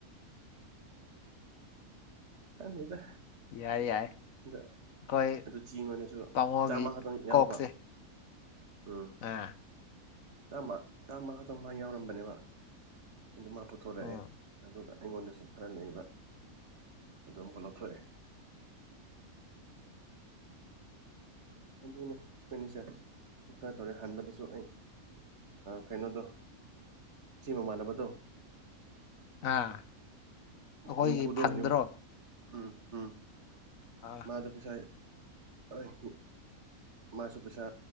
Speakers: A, on the right (about 50°); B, on the left (about 70°).
A: ꯎꯝ ꯈꯪꯗꯦꯗ
B: ꯌꯥꯏ ꯌꯥꯏ
A: ꯑ
B: ꯑꯩꯈꯣꯏ
A: ꯑꯗꯨ ꯆꯦꯡ ꯑꯣꯏꯅꯁꯨ
B: ꯇꯥꯃꯣꯒꯤ
A: ꯆꯥꯝꯃ ꯈꯛꯇꯪ ꯌꯥꯎꯕ
B: ꯀꯣꯛꯁꯦ
A: ꯎꯝ
B: ꯑꯥ
A: ꯆꯥꯝꯃ ꯆꯥꯝꯃ ꯈꯛꯇꯪ ꯃꯥ ꯌꯥꯎꯔꯝꯕꯅꯦꯕ ꯑꯗꯨ ꯃꯥ ꯄꯨꯊꯣꯔꯛꯑꯦ
B: ꯎꯝ
A: ꯑꯗꯨꯒ ꯑꯩꯉꯣꯟꯗꯁꯨ ꯈꯔ ꯂꯩꯕ ꯑꯗꯨꯝ ꯑꯃꯨꯛꯀꯥ ꯂꯧꯊꯣꯛꯑ ꯑꯗꯨꯅꯤ ꯑꯦꯛꯁꯄꯦꯟꯗꯤꯆꯔ ꯈꯔ ꯇꯧꯔꯦ ꯍꯥꯟꯕꯗꯁꯨ ꯑꯩ ꯀꯩꯅꯣꯗꯣ ꯆꯤ ꯃꯃꯥꯟꯅꯕꯗꯣ
B: ꯑꯥ ꯑꯩꯈꯣꯏꯒꯤ
A: ꯌꯨꯝꯐꯨꯗꯣ
B: ꯐꯟꯗ꯭ꯔꯣ
A: ꯌꯨꯝꯐꯨꯗꯣ ꯎꯝ ꯎꯝ
B: ꯑꯥ
A: ꯑꯗꯨꯗ ꯄꯩꯁꯥꯏ ꯑꯩ ꯃꯥꯁꯨ ꯄꯩꯁꯥ